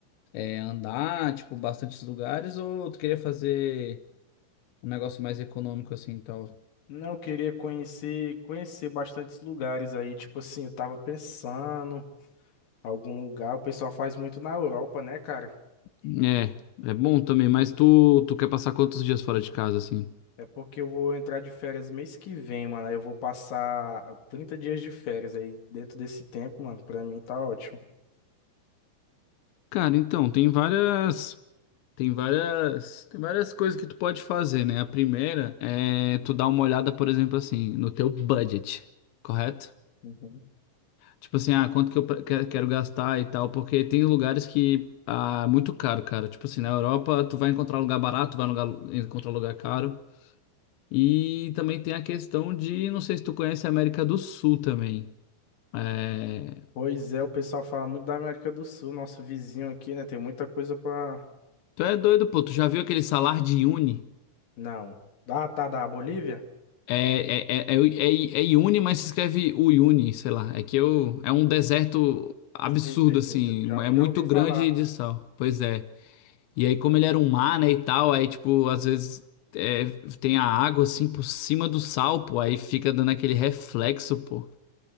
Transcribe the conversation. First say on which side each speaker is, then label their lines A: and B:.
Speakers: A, on the left; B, on the left.
A: é, andar, tipo, bastantes lugares, ou tu queria fazer um negócio mais econômico assim e tal?
B: Não, eu queria conhecer, conhecer bastantes lugares aí. Tipo assim, eu tava pensando algum lugar. O pessoal faz muito na Europa, né, cara?
A: É, é bom também, mas tu, tu quer passar quantos dias fora de casa, assim?
B: É porque eu vou entrar de férias mês que vem, mano. Aí eu vou passar 30 dias de férias aí. Dentro desse tempo, mano, pra mim tá ótimo.
A: Cara, então, tem várias, tem várias, tem várias coisas que tu pode fazer, né? A primeira é tu dar uma olhada, por exemplo, assim, no teu budget, correto?
B: Uhum.
A: Tipo assim, ah, quanto que eu pre- que- quero gastar e tal, porque tem lugares que ah, é muito caro, cara. Tipo assim, na Europa tu vai encontrar lugar barato, vai lugar- encontrar lugar caro. E também tem a questão de, não sei se tu conhece a América do Sul também. É...
B: Pois é, o pessoal fala muito da América do Sul, nosso vizinho aqui, né? Tem muita coisa pra.
A: Tu é doido, pô, tu já viu aquele salar de Uni?
B: Não. Ah, tá, da Bolívia?
A: É, é, é, é, é, é Iune, mas se escreve Uyuni, sei lá. É que eu, é um deserto absurdo,
B: Sei, sei, sei.
A: assim,
B: Já, já
A: é
B: já
A: muito
B: ouvi falar.
A: grande de sal. Pois é. E aí, como ele era um mar, né, e tal, aí, tipo, às vezes é, tem a água, assim, por cima do sal, pô, aí fica dando aquele reflexo, pô.